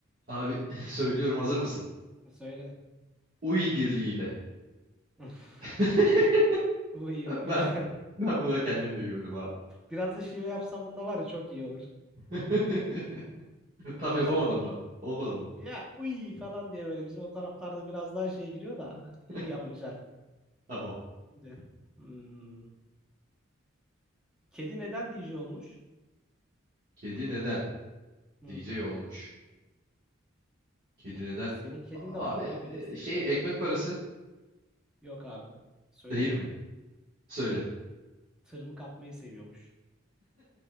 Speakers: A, on the right; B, in the centre.
A: Abi <laughs> söylüyorum hazır mısın?
B: Söyle.
A: Uy birliğiyle.
B: <laughs>
A: <laughs>
B: Bu iyi. <laughs> Bu iyi. Bu güzel.
A: Ben ben buna kendim de güldüm abi.
B: Biraz da şive yapsam bunda var ya çok iyi olur.
A: <laughs> Tam
B: Bu
A: yapamadım
B: güzelmiş.
A: mı? Olmadı mı?
B: Ya uy falan diye böyle bizim o taraflarda biraz daha şey giriyor da
A: <laughs>
B: iyi ama güzel.
A: Tamam.
B: Şimdi, hmm, Kedi neden DJ olmuş?
A: Kedi neden?
B: Hmm.
A: DJ olmuş. Kedi neden?
B: Senin kedin
A: A-
B: de vardı
A: Abi
B: abi bilirsin.
A: e, şey ekmek parası
B: Yok abi. Söyleyeyim
A: değil
B: mi?
A: mi? Söyle.
B: Tırmık atmayı seviyormuş.